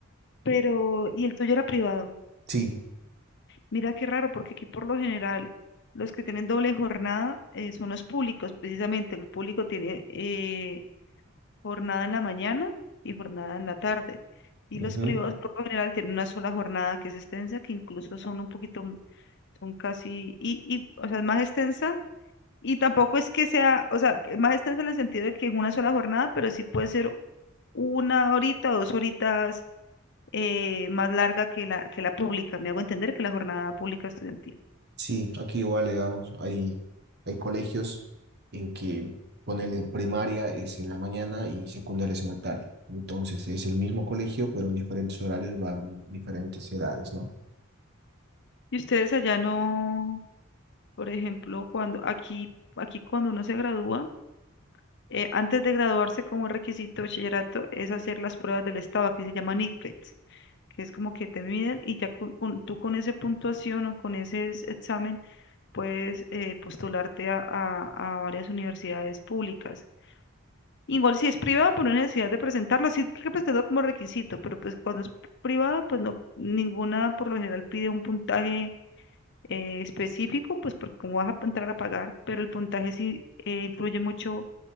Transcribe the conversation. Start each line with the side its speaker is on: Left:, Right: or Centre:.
Left: Pero, y el tuyo era privado.
Right: Sí,
Left: Mira qué raro, porque aquí por lo general los que tienen doble jornada eh, son los públicos, precisamente. El público tiene eh, jornada en la mañana y jornada en la tarde. Y
Right: ujú,
Left: los privados por lo general tienen una sola jornada que es extensa, que incluso son un poquito, m- son casi, y, y, o sea, es más extensa. Y tampoco es que sea, o sea, que más extensa en el sentido de que es una sola jornada, pero sí puede ser una horita, dos horitas eh, más larga que la, que la pública. Me hago entender que la jornada pública estudiantil.
Right: Sí, aquí igual, digamos, hay, hay colegios en que ponele primaria es en la mañana y secundaria es en la tarde. Entonces es el mismo colegio, pero en diferentes horarios van diferentes edades, ¿no?
Left: Y ustedes allá no, por ejemplo, cuando aquí, aquí cuando uno se gradúa, Eh, antes de graduarse como requisito de bachillerato es hacer las pruebas del estado, aquí se llaman ICFES, que es como que te miden y ya con, con- tú con esa puntuación o con ese es- examen puedes eh, postularte a, a- a varias universidades públicas. Igual si es privada, por una necesidad de presentarlo, sí hay que presentarlo como requisito, pero pues cuando es privada, pues no, ninguna por lo general pide un puntaje eh, específico, pues porque como vas a entrar a pagar, pero el puntaje sí eh, influye mucho